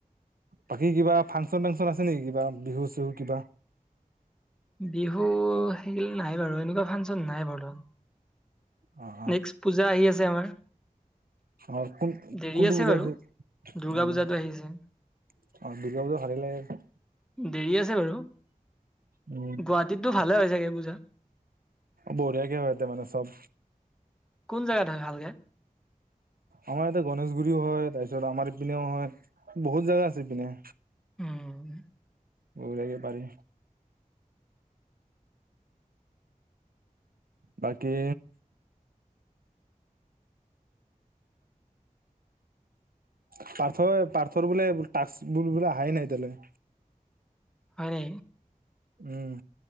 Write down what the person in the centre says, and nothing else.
বিহু সেইল নাই বাৰু এনেকুৱা ফাংচন নাই বৰ্তমান।
নেক্সট পূজা আহি আছে আমাৰ
দেৰি
আছে
বাৰু দুৰ্গা
পূজাটো আহি আছে।
দেৰি আছে বাৰু
গুৱাহাটীতটো ভালে হয় চাগে পূজা।
কোন জেগাত হয় ভালকে।
উম
হয়‌ নি